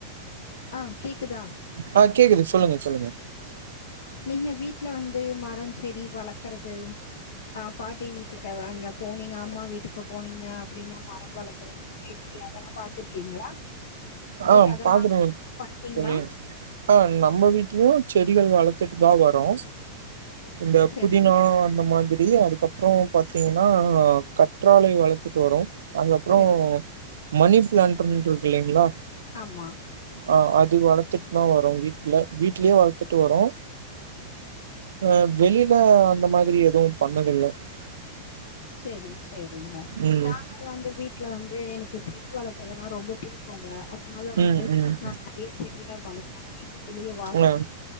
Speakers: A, on the left (about 70°); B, on the right (about 80°).
A: ஆ கேக்குதா
B: ஆ கேக்குது சொல்லுங்க சொல்லுங்க
A: நீங்க வீட்ல வந்து மரம் செடி வளர்க்கறது ஆ பாட்டி வீட்டுக்கு வாங்க போனீங்க அம்மா வீட்டுக்கு போனீங்க அப்டின்னா மரம் வளர்க்கறது தெரியு அதெல்லா பாத்துருக்கீங்களா உங்களுக்கு
B: ஆ
A: அதெல்லா
B: பாக்குறேன்
A: பண்றீங்களா
B: தோழி ஆ நம்ம வீட்லயு செ செடிகள் வளர்த்துட்டு தா வரோ இந்த
A: செரி
B: புதினா அந்த மாதிரி அப்டி அதுக்கப்புற பாத்தீங்கன்னா கற்றாழை வளத்துட்டு வரோ அதுபக்கபுறோ
A: செரி
B: மணி பிளான்ட்ன்னு இருக்கு இல்லீங்களா
A: ஆமா
B: அ அது வளத்துட்டு தா வரோ வீட்டல வீட்லயு வளத்துட்டு வரோ அ வெளில அந்த மாதிரி எதுவு <unintelligible>
A: செரி செரிங்க
B: ம்
A: நாங்க வந்து வீட்ல வந்து எனக்கு செடி வள கறதுனா ரொம்ப புடிக்கும்ங்க அதனால வந்து
B: ம் ம்
A: நா நெறைய செடியெல்ல வளப்பே வெளிய வாசல்
B: ஆ